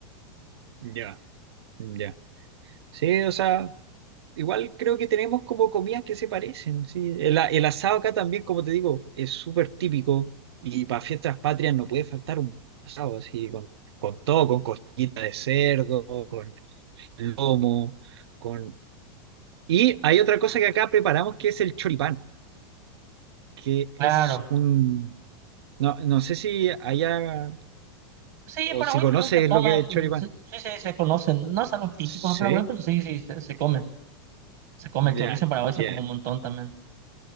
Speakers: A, on the right (about 80°); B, on the right (about 45°).
A: Ya, ya. Sí, o sea. Igual creo que tenemos como comidas que se parecen, ¿sí? El, a- el asado acá también, como te digo, es súper típico y para fiestas patrias no puede faltar un asado, así, con, con todo, con costillita de cerdo, con lomo, con... Y hay otra cosa que acá preparamos que es el choripán, que es
B: Claro.
A: un... No, no sé si allá
B: Sí, en
A: o
B: Paraguay
A: si conoces
B: también se come,
A: lo que es el
B: mm,
A: choripán.
B: se- sí, sí, se conocen. No es algo típico
A: Sí,
B: de Paraguay, pero sí, sí, se, se come. Se come
A: ya,
B: el chorizo en Paraguay, se
A: ya.
B: come un montón también.